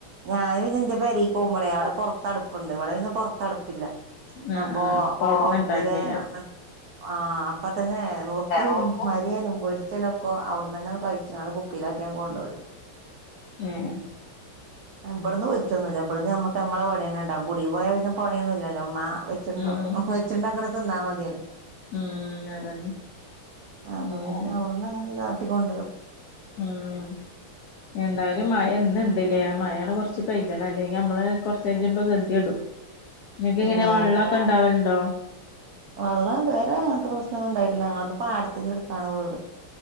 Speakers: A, on the right; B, on the left.
A: ഞാന് പിന്നെന്റെ പേരീക്കോമ്പളെ അവടെ
B: ഓ
A: പൊറത്തടുപ്പുണ്ട്. ഇവടെ പിന്നെ പൊറത്ത് അടുപ്പില്ല.
B: ആഹ്
A: അപ്പോ
B: ആഹ് അപ്പൊ അവിടുന്ന്
A: പൊറത്ത്ക്ക്
B: ഇണ്ടാക്കിയ
A: ആണ് ആഹ് അപ്പത്തന്നെ നുറുക്കലും
B: ഉം
A: അരിയലും പൊരി ച്ചലൊക്കെ അവിടെന്നന്നെ അങ്ങ് കഴിച്ചാണ്ട് കുപ്പിയിലാക്കിക്കാണ്ട് കൊണ്ടോരും.
B: ഉം
A: ആഹ് ഇബടുന്ന് പൊരിച്ചൊന്നുല്ല. ഇബടന്ന് നമ്മക്ക് നമ്മളെ പണിയന്നെണ്ടാവും കുടീ പോയാ പിന്നെ പണിയൊന്നും ഇല്ലല്ലോ. ഉമ്മാ വെച്ചത്
B: ഉം ഉം
A: വെച്ചിണ്ടാക്കണത് തിന്നാ മതിയല്ലോ
B: ഉം അതന്നെ
A: അപ്പ
B: ഉം
A: പിന്നെ അവിട്ന്ന്ങ്ങട് കാട്ടിക്കൊണ്ടരും
B: ഉം എന്തായാലും മയന്ന് ഇണ്ട്ല്ലേ? മയാണ് കൊറച്ച് പെജ്ണം. അല്ലെങ്കി അമ്മള് കൊറച്ച് കഴിഞ്ഞാമ്മള് ഗതി കെടും. ഇങ്ങക്ക്
A: പിന്നെ
B: എങ്ങനെ വെള്ളോക്കെ ഉണ്ടാവല്ണ്ടോ?
A: വെള്ളം ഇത് വരെ അങ്ങനത്തെ പ്രശ്നം ഒന്നും ഇണ്ടായിട്ടില്ല. ഞങ്ങളത് പാടത്തിന്റെ അടുത്താണ് വീട്